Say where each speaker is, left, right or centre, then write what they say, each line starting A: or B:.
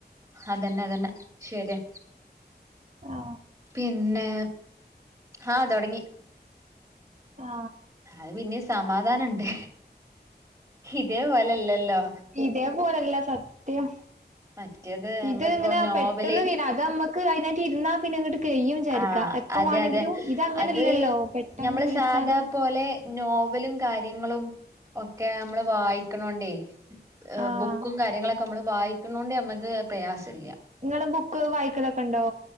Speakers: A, on the right (about 20°); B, on the right (about 45°).
A: അതന്നെ അതന്നെ ശരിയാ
B: ആ
A: പിന്നെ ഹാ തൊടങ്ങി
B: ആ
A: അത് പിന്നിം സമാധാനണ്ട് ഇതേ പോലല്ലല്ലോ
B: ഇതേ പോലല്ല സത്യം
A: മറ്റേത് നമ്മളിപ്പോ
B: ഇത് ഇങ്ങനെ
A: നോവല്
B: പെട്ടെന്ന് തീല അതമ്മ ക്ക് അയിനായിട്ട് ഇര്ന്ന പിന്നെ അങ്ങട്ട് കെയ്യും വിജാരിക്ക
A: ആഹ്
B: എപ്പ
A: അതെ
B: വാണെങ്കിലും
A: അതെ
B: ഇതങ്ങനല്ലല്ലോ
A: അത്
B: പെട്ടെന്ന്
A: ഞമ്മള്
B: വിളിച്ചാലും
A: സാധാ പോലെ നോവലും കാര്യങ്ങളും ഒക്കെ നമ്മള് വായിക്ക്ണോണ്ടേ
B: ആഹ്
A: ബുക്കും കാര്യങ്ങളൊക്ക നമ്മള് വായിക്ക്ണോണ്ട് നമ്മക്ക് പ്രയാസല്ല്യ
B: ഇങ്ങള് ബുക്ക് വായിക്കലൊക്ക ഇണ്ടോ